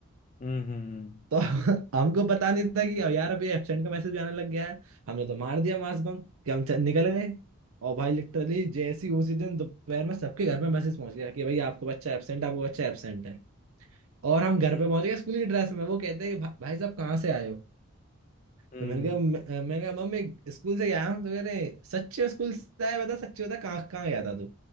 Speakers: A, on the left (about 35°); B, on the right (about 75°).
A: हम्म हम्म
B: तो <laughs> हमको पता नहीं था कि अब यार अभी एब्सेंट का मैसेज आने लग गया है हमने तो मार दिया मास बंक कि हम च- निकल गए और भाई लिटरली जैसी उसी दिन दोपहर में सबके घर में मैसेज पहुंच गया कि भाई आपको बच्चा एब्सेंट है आपको बच्चा एब्सेंट है और हम
A: हम्म
B: घर पे पहुंच गए स्कूल की ड्रेस में वो कहते हैं कि भा, भाई साहब कहाँ से आए हो
A: हम्म,
B: तो मैंने कहा मैं- मैंने कहा मम्मी स्कूल से गया हूँ तो कह रहे सच्ची में स्कूल से आया बता सच्ची बता कहाँ कहाँ गया था तू